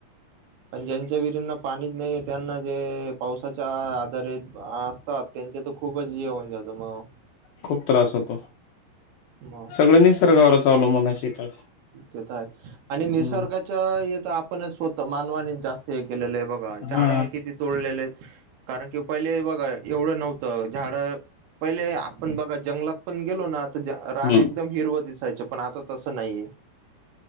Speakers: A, on the right (about 65°); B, on the left (about 70°).
A: पण ज्यांच्या विरींना पाणीच नाहीये त्यांना जे पावसाच च्या आधारित आसतात त्यांचे तर खूपच ज होऊन जात मग.
B: खूप त्रास होतो.
A: मग
B: सगळं निसर्गावरच अवलंबून आय शेतात.
A: ते त आय, आणि निसर्गाच्या
B: हम्म
A: हेत आपणच स्वत मानवाने जास्त हे केलेलं आहे बघ. झाडं
B: हा
A: किती तोडलेले हेत, कारण की पहिले बघा एवढं नव्हतं झाडं, पहिले आपण बघा जंगलात पण गेलो ना त ज रान
B: हम्म
A: एकदम हिरवं दिसायचं पण आता तसं नाइये.